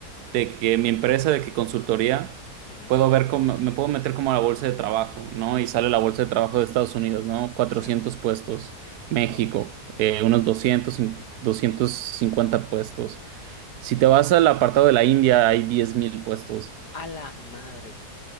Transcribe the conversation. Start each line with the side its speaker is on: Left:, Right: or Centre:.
Right: de que mi empresa, de que consultoría,
Left: Ujú,
Right: puedo ver cómo, me puedo meter como a la bolsa de trabajo, ¿no? Y
Left: ujú,
Right: sale la bolsa de trabajo de Estados Unidos, ¿no? cuatrocientos
Left: sí,
Right: puestos, México,
Left: wow.
Right: eh, unos doscientos cin- 250 puestos. Si te vas al apartado de la India, hay diez mil puestos.
Left: A la madre.